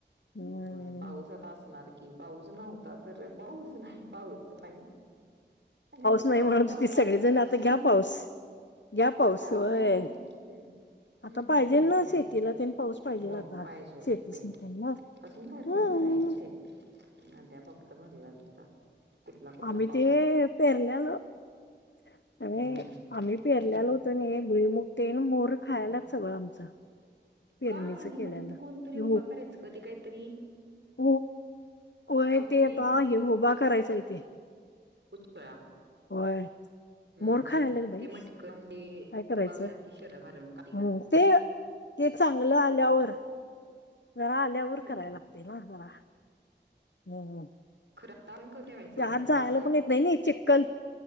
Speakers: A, on the left; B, on the right.
A: हम्म.
B: होय पाऊस आता असणाराय की पाऊस नव्हता तर पाऊस नाही पाऊस नाही आणि आता
A: नाही
B: पाऊस
A: म्हणत होती
B: आला
A: सगळेजण
B: आहे तर
A: आता घ्या पाऊस घ्या पाऊस
B: आता आला
A: होय.
B: आहे हे मग
A: आता पाहिजेल ना
B: काय
A: शेतीला तेन पाऊस पाहिजेल
B: मग
A: आता
B: पाहिजेल
A: शेती
B: कि बाई
A: सिंचनला
B: अजून भर
A: होय
B: ना भार यायचेयेत नध्या फक्त भरला होता कुठला-कुठला
A: आम्ही ते पेरल्यालो त्यामुळे
B: हम्म
A: आम्ही पेरल्याल
B: हम्म
A: होत ना भुईमुगते ना मोहर खायला
B: हम्म
A: सगळं आमचं पेरणीच
B: का नी
A: केल्यालं
B: मग तिथथं
A: ते
B: कोणतरी उभा करायचं ग ते काहीतरी
A: हो होय
B: खाऊ
A: ते
B: नये
A: आता हे उभा करायेच तेे
B: पुतळा
A: होय
B: हम्म
A: मोर खायेलेत बाई
B: ते मटक लावून ते
A: काय करायचं
B: उभा करतात की शर्ट घालून काठीला
A: ह ते ते चांगलं आल्यावर जरा आलयावर
B: होय
A: कराया लागतेना मला खरायला ना जरा हम्म
B: खरं आता आपण करून ठेवायचं
A: ते आत
B: म्हणजे
A: जायला
B: असं
A: पण येत नाही ना चिकक्कल